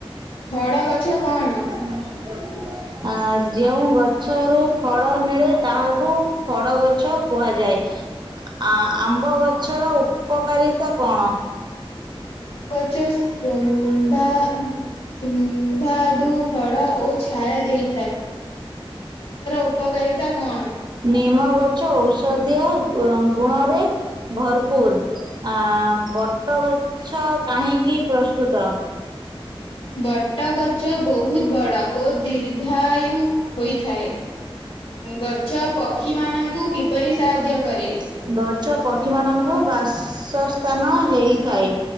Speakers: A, on the left; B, on the right.
A: କଳ ଗଛ କଣ?
B: ହୁଁ। ଆ ଯେଉଁ ଗଛରୁ ଫଡ ମିଳେ ତାହାକୁ ଫଡ ଗଛ କୁହାଯାଏ। ଆ-ଆମ୍ବ ଗଛର ଉପକାରିତା କଣ?
A: ଗଛ <unintelligible> ସୁମ୍ଭାଦୁ ଫଳ ଓ ଛାୟା ଦେଇ ଉପକାରିତା କଣ?
B: ନିମ ଗଛ ଔଷଧିୟ ଙ୍ଗ ଗୁଣରେ ଭରପୁର। ଆ ବଟଗ ଛ କାହିଁକି ପ୍ରସ୍ତୁତ?
A: ବଟ ଗଛ ବହୁତ ବଡ ଓ ଦୀର୍ଘ ର୍ଘାୟୁ ହୋଇଥାଏ। ଗଛ
B: <inaudible>
A: ପକ୍ଷୀ ମାନଙ୍କୁ କିପରି ସାହାଯ୍ୟ କରେ?
B: ଗଛ ପକ୍ଷୀମାନଙ୍କୁ ବାସସ୍ଥାନ ହେଇଥାଏ।